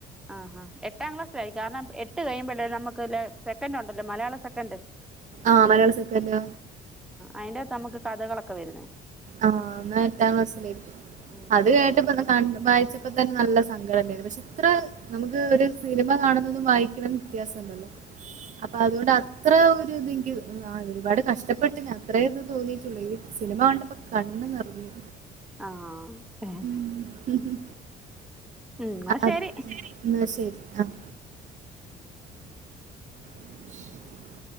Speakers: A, in the centre; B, on the right.
A: ആ ആ എട്ടാം ക്ലാസ്സിലായി കാരണം എട്ട് ട്ട് കഴിയുമ്പോ അല്ലെ നമുക്ക് ഒരു പെട് സെക്കൻഡ് ഉണ്ടല്ലോ മലയാളം സെക്കൻഡ്
B: ആഹ് മലയാളം സെക്കൻഡ്
A: അയിന്റെകത്ത് നമുക്ക് കഥകളൊക്കെ വരുന്നേ
B: അഹ് എന്ന എട്ടാം ക്ലാസ്സിലെ
A: ഉം
B: അത് കഴിഞ്ഞിട്ടിപ്പാ വായി ചെന് നല്ല സങ്കട ഇണ്ടെനെ പക്ഷെ ഇത്ര നമുക്ക് ഒരു സിനിമ കാണുന്നതും വായിക്കുന്നതും വ്യത്യാസം ഉണ്ടല്ലോ അപ്പ അതുടെ ഇത്ര ഒരു നിക്ക് അഹ് ഒരുപാട് കഷ്ടപ്പെട്ട് ഞാൻ ഇത്രേ ഒക്കെ തോന്നിട്ടുള്ളു ഈ ഒരു സിനിമ കണ്ടപ്പോ കണ്ണ് നിറഞ്ഞു
A: ആഹ് ഉം
B: മ്മ് മ്മ്
A: എന്നാ
B: ആഹ്
A: ശരി
B: ന്നാ ശരി അഹ് <unintelligible>